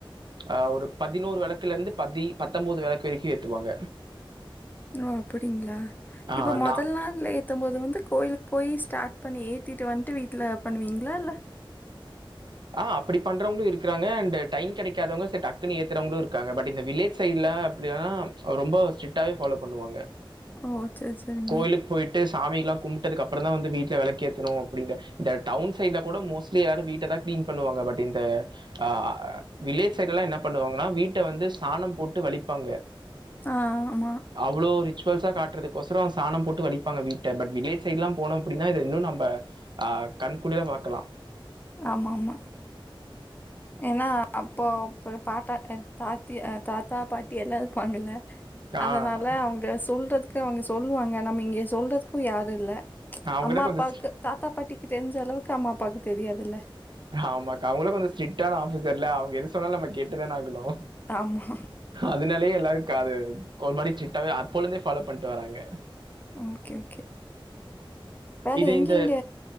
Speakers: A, on the right; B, on the left.
A: ஆ ஒரு பதினோரு வெளக்குலருந்து பதி பத்தொம்பது வெளக்கு வரைக்கு ஏத்துவாங்க
B: ஓ அப்படிங்களா
A: ஆ
B: இப்ப மொதல்
A: நான்
B: நாள் இல் ஏத்தும் போது வந்து கோயிலுக்கு போய் ஸ்டார்ட் பண்ணி ஏத்திட்டு வந்துட்டு வீட்ல பண்ணுவீங்களா இல்ல
A: ஆ அப்படி பண்றவங்களு இருக்காங்க அண்ட் டையோ கெடைக்காதவங்க செர் டக்குன்னு ஏத்துறவங்களு இருக்காங்க பட் இந்த வில்லேஜ் சைட்ல அப்படி ஆனா ரொம்ப ஸ்ட்ரிக்டாவே ஃபாலோ பண்ணுவாங்க
B: ஓ செரி செரிங்க
A: கோயிலுக்கு போயிட்டு சாமியேல்லா கும்புட்டதுக்கு அப்புறோ தா வந்து வீட்ல வெளக்கேத்தணு அப்ப இந்த டவுன் சைட்ல கூட மோஸ்லி யாரு வீட்ட தா கிளீன் பண்ணுவாங்க பட் இந்த ஆ வில்லேஜ் சைடெல்லா என்ன பண்ணுவாங்கன்னா வீட்ட வந்து சாணம் போட்டு வலிப்பாங்க
B: ஆ ஆமா
A: அவ்ளோவு ரிச்சுவல்ஸா காட்டுறதுக்கோசரோ சாணோ போட்டு வலிப்பாங்க வீட்ட பட் வில்லேஜ் சைடெல்ல போனோ அப்டின்னா இது இன்னு நம்ப அ கண்குளிற பாக்கலா
B: ஆமா ஆமா ஏன்னா அப்போ ப்ப பாட்டா தாத்தி் அ தாத்தா பாட்டியெல்லா இருப்பாங்கள்ல
A: ஆஹ்,
B: அதனால அவங்க சொல்றதுக்கு அவங்க சொல்லுவாங்க நம்ம இங்க சொல்றதுக்கு யாருல்ல
A: அவங்ககிட்ட
B: அம்மா
A: கொஞ்சம்
B: அப்பாவுக்கு தாத்தா பாட்டிக்கு தெரிஞ்ச அளவுக்கு அம்மா அப்பாவுக்கு தெரியாதுல்ல
A: ஆமாக்கா அவங்களு கொஞ்சோ ஸ்ட்ரிக்டான ஆபீசர்ல்ல அவுங்க எது சொன்னாலு நம்ம கேட்டுதான ஆகணு
B: ஆமா
A: அதனாலயே எல்லாருக்கு அது ஒரு மாடி சிட்டாவே அப்போழுந்தே ஃபாலோ பண்ணிட்டு வராங்க
B: ஓகே ஓகே வேற
A: இது
B: எங்கேங்க
A: இந்த